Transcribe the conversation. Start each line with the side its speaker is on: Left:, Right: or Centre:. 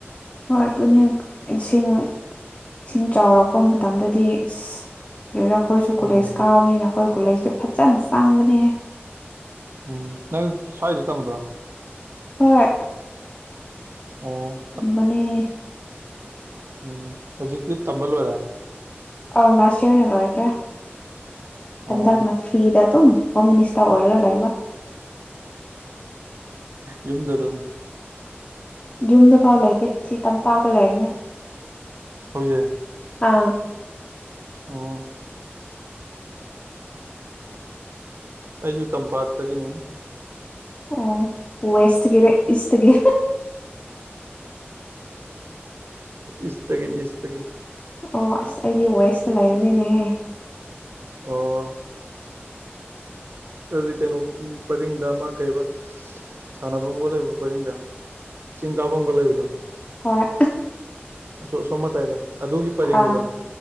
Left: ꯍꯣꯏ ꯑꯗꯨꯅꯦ ꯏꯁꯤꯡ ꯏꯁꯤꯡ ꯆꯥꯎꯔꯛꯄ ꯃꯇꯝꯗꯗꯤ ꯏꯁ ꯀꯔꯤꯔꯥ ꯈꯣꯏꯁꯨ ꯀꯣꯂꯦꯖ
Right: ꯎꯝ
Left: ꯀꯥꯕꯅꯤꯅ ꯑꯩꯈꯣꯏ ꯀꯨꯂꯦꯖꯇ ꯐꯖꯅ ꯆꯪꯕꯅꯤꯍꯦ
Right: ꯎꯝ ꯅꯪ ꯁ꯭ꯋꯥꯏꯗ ꯇꯝꯕ꯭ꯔꯣ
Left: ꯍꯣꯏ
Right: ꯑꯣ
Left: ꯃꯅꯦ
Right: ꯑꯣ ꯍꯨꯖꯤꯛꯇꯤ ꯇꯝꯕ ꯂꯣꯏꯔꯦ
Left: ꯑꯧ ꯂꯥꯁ ꯌꯔꯅ ꯂꯣꯏꯈ꯭ꯔꯦ
Right: ꯑꯣ
Left: ꯍꯟꯗꯛꯅ ꯐ꯭ꯔꯤꯗ ꯗꯨꯝ ꯍꯣꯝ ꯃꯤꯅꯤꯁꯇꯥ ꯑꯣꯏꯔꯒ ꯂꯩꯕ
Right: ꯌꯨꯝꯗ ꯑꯗꯨꯝ
Left: ꯌꯨꯝꯗ ꯐꯥꯎ ꯂꯩꯇꯦ ꯁꯤ ꯇꯝꯄꯥꯛꯇ ꯂꯩꯕꯅꯦ
Right: ꯍꯧꯖꯤ
Left: ꯑꯥ
Right: ꯑꯣ ꯑꯩꯖꯨ ꯇꯝꯄꯥꯛꯇꯒꯤꯅꯤ
Left: ꯑꯣ ꯋꯦꯁꯇꯒꯤꯔꯥ ꯏꯁꯇꯒꯤ
Right: ꯏꯁꯇꯒꯤꯅꯤ ꯏꯁꯇꯒꯤ
Left: ꯑꯣ ꯑꯁ ꯑꯩꯗꯤ ꯋꯦꯁꯇ ꯂꯩꯕꯅꯤꯅꯦꯍꯦ
Right: ꯑꯣ ꯑꯗꯨꯗꯤ ꯀꯩꯅꯣ ꯎꯝ ꯄꯔꯤꯡꯗ ꯑꯃ ꯀꯩꯕ ꯁꯥꯟꯅꯕꯝꯒ ꯂꯩꯕ ꯄꯔꯤꯡꯗ ꯆꯤꯡꯀꯥꯕꯝꯒ ꯂꯩꯕꯗꯣ
Left: ꯍꯣꯏ
Right: ꯑꯁꯣ ꯑꯁꯣꯝ ꯃꯇꯥꯏꯗ ꯑꯗꯨꯒꯤ ꯄꯔꯦꯡꯒꯤꯗꯣ
Left: ꯑꯥ